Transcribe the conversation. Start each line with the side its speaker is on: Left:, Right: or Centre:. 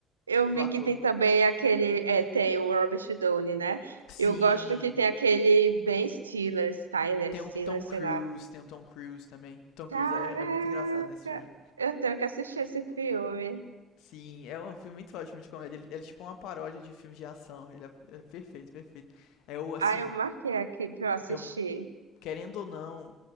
Right: Eu
Left: do
Right: vi
Left: ator.
Right: que tem também aquele... É, tem o Robert Downey, né?
Left: Sim,
Right: Eu gosto que tem aquele Ben Stiller, Styler,
Left: tem
Right: Stiller,
Left: o Tom Cruise,
Right: sei lá.
Left: tem o Tom Cruise também. Tom Cruise
Right: Caraca!
Left: é, é muito engraçado nesse filme.
Right: Eu tenho que assistir esse filme.
Left: Sim, é um filme muito ótimo de comédia. Ele, ele é tipo uma paródia de filmes de ação. Ele é, é perfeito, perfeito. É o, assim,
Right: Aí eu marquei aqui pra eu assistir.
Left: é um- querendo ou não,